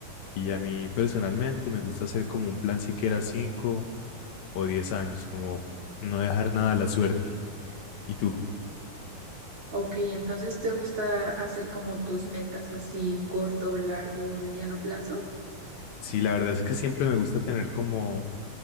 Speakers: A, on the left; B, on the right.
A: y a mí personalmente me gusta hacer como un plan siquiera cinco o diez años, como no dejar nada a la suerte. Y tú,
B: Ok, entonces ¿te gusta hacer como tus metas así corto, largo, mediano plazo?
A: sí, la verdad es que siempre me gusta tener como,